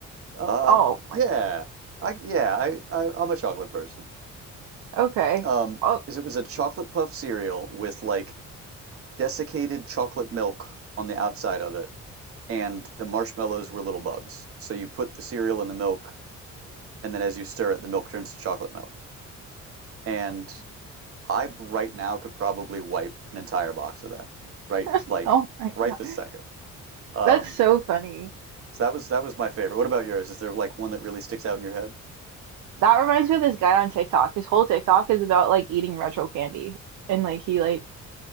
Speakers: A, on the right; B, on the right.
A: Uh,
B: Oh
A: yeah.
B: my. g-
A: I yeah, I, I I'm a chocolate person.
B: Okay.
A: Um,
B: Oh,
A: is it was a chocolate puff cereal with like desiccated chocolate milk on the outside of it, and the marshmallows were little bugs. So you put the cereal in the milk, and then as you stir it, the milk turns to chocolate milk. And I right now could probably wipe an entire box of that. Right,
B: <laughs>
A: like
B: oh my
A: right
B: God.
A: this second. Um,
B: That's so funny.
A: so that was that was my favorite. What about yours? Is there like one that really sticks out in your head?
B: That reminds me of this guy on TikTok. His whole TikTok is about like eating retro candy and like he like